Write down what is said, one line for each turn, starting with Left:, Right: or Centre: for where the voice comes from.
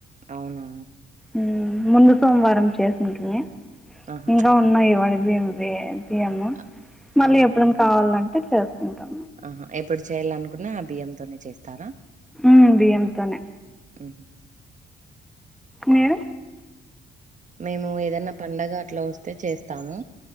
Right: అవున
Centre: మ్ ముందు సోమవారం చేసింటిమి.
Right: ఆహా
Centre: ఇంకా ఉన్నాయి వడి బియ్యంవి ఇయము
Right: అ
Centre: మళ్ళీ
Right: అవునా
Centre: ఎప్పుడు కావాలంటే చేసుకుంటాం.
Right: ఆహా ఎప్పుడు చేయ్యాలనుకున్నా ఆ బియ్యంతోనే చేస్తారా?
Centre: మ్ బియ్యం తోనే
Right: అ
Centre: మీరు?
Right: మేము ఏదైనా పండగ అట్లా వస్తే చేస్తాము